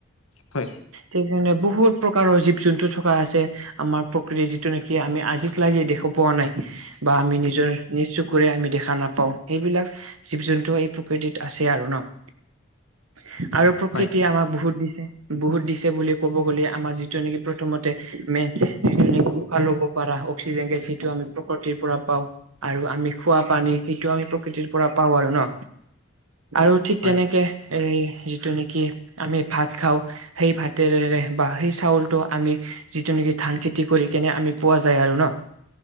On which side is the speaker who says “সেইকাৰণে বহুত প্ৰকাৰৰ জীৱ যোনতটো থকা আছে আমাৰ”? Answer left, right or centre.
Right